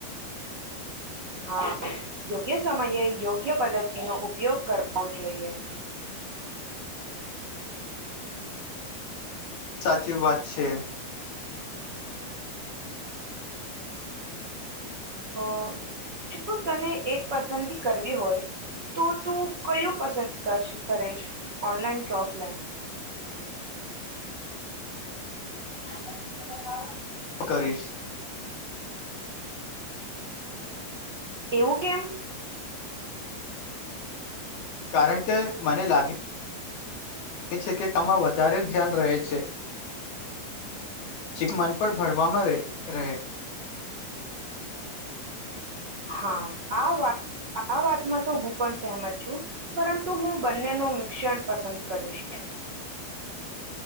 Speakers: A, on the right (about 50°); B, on the left (about 55°).
A: હા, યોગ્ય સમયે યોગ્ય પદ્ધતિનો ઉપયોગ કરવો જોઈએ.
B: સાચી વાત છે.
A: હ જો તને એક પસંદગી કરવી હોય, તો તું કયું પસંદ કરીશ ઓનલાઈન કે ઓફલાઈન. <inaudible>
B: કરીશ.
A: એવું કેમ?
B: કારણ કે મને લાગે છે, કે આમાં વધારે ધ્યાન રહે છે, મન પણ ભળવામાં રહે.
A: હા આ વાત આ વાતમાં તો હું પણ સહેમત છું, પરંતુ હું બંને ન મિશ્રણ પસંદ કરીશ.